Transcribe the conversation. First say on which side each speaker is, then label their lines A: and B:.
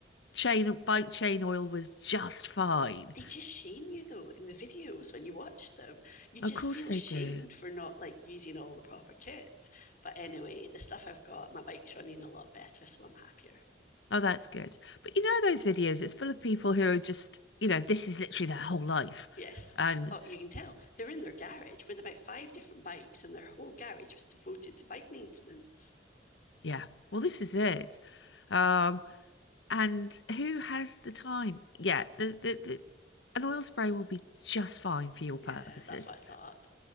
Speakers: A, on the left; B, on the left.
A: chain bike chain oil was just fine.
B: they just shame you though in the videos when you watch them. You just
A: Of course
B: feel
A: they
B: shamed
A: do.
B: for not like using all the proper kit. But anyway, the stuff I've got, my bike's running a lot better, so I'm happier.
A: Oh, that's good. But you know those videos, it's full of people who are just, you know, this is literally their whole life.
B: Yes.
A: And
B: Oh, you can tell they're in their garage with about five different bikes, and their whole garage was devoted to bike maintenance.
A: yeah, well, this is it. Um, and who has the time? Yeah, the, the, the an oil spray will be just fine for your purposes.
B: Yeah, that's what I thought.